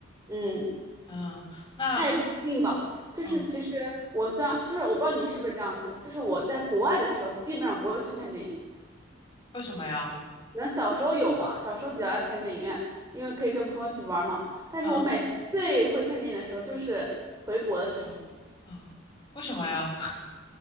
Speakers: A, on the right (about 15°); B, on the left (about 20°).
A: <laughs> 嗯，
B: 嗯，那。
A: 那也不一定吧。就是其实我虽然就是我不知道你是不是这样，
B: 嗯，
A: 就就是我在国外的时候，基本上不会去看电影。
B: 为什么呀？
A: 那小时候有吧，小时候比较爱去看电影院，因为可以跟朋友一起玩儿嘛。但是我每次最会看电影的时候就是回国的时候，
B: 嗯啊，为什么呀？<laughs>